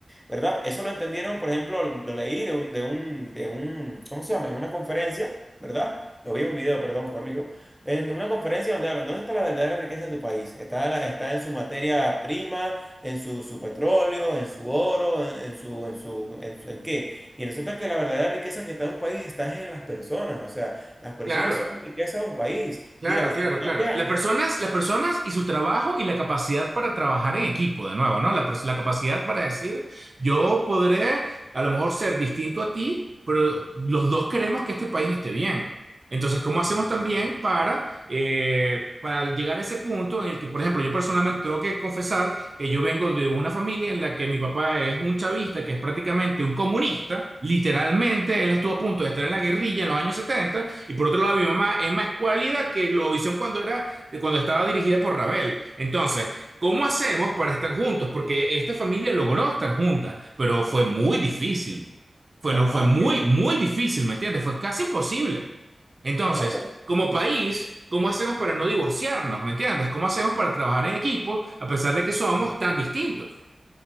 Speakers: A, in the centre; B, on the right (about 55°).
A: ¿verdad? Eso lo entendieron, por ejemplo, lo leí de un, de un, de un, ¿cómo se llama? En una conferencia, ¿verdad? Lo vi en un video, perdón, corrijo. En una conferencia donde hablan, ¿dónde está la verdadera riqueza de tu país? Está, la- está en su materia prima, en su, su petróleo, en su oro, en, en su, en su, en su- ¿en qué? Y resulta que la verdadera riqueza que está en un país está en las personas, o sea, las personas
B: Claro.
A: son riqueza de un país.
B: Claro,
A: Mira, si
B: claro,
A: cambia...
B: claro. Las personas, las personas y su trabajo y la capacidad para trabajar en equipo, de nuevo, ¿no? La, pers- la capacidad para decir, yo podré a lo mejor ser distinto a ti, pero los dos queremos que este país esté bien. Entonces, ¿cómo hacemos también para, eh, para llegar a ese punto en el que, por ejemplo, yo personalmente tengo que confesar que yo vengo de una familia en la que mi papá es un chavista, que es prácticamente un comunista, literalmente él estuvo a punto de estar en la guerrilla en los años 70 y por otro lado mi mamá es más cualida que Globovisión cuando era, cuando estaba dirigida por Ravel. Entonces, ¿cómo hacemos para estar juntos? Porque esta familia logró estar junta, pero fue muy difícil. Fue,
A: No,
B: lo,
A: no,
B: fue muy,
A: es que...
B: muy difícil, ¿me entiendes? Fue casi imposible. Entonces,
A: No,
B: como país, ¿cómo hacemos para no divorciarnos? ¿Me entiendes? ¿Cómo hacemos para trabajar en equipo a pesar de que somos tan distintos?